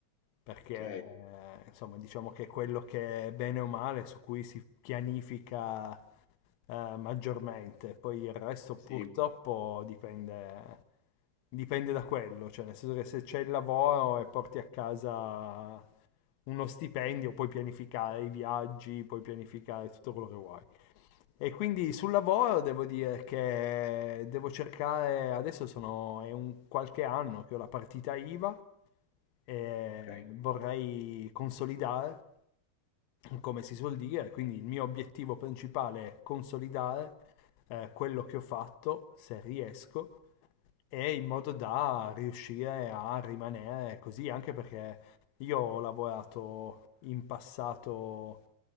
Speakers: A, on the left; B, on the left.
A: perché
B: Ok,
A: eh, insomma diciamo che è quello che bene o male su cui si pianifica eh, maggiormente. Poi il resto
B: sì,
A: purtroppo dipende, dipende da quello, cioè nel senso che se c'è il lavoro e porti a casa uno stipendio, puoi pianificare i viaggi, puoi pianificare tutto quello che vuoi. E quindi sul lavoro devo dire che devo cercare, adesso sono, è un qualche anno che ho la partita IVA e
B: ok,
A: vorrei consolidare come si suol dire, quindi il mio obiettivo principale è consolidare eh, quello che ho fatto, se riesco, e in modo da riuscire a rimanere così, anche perché io ho lavorato in passato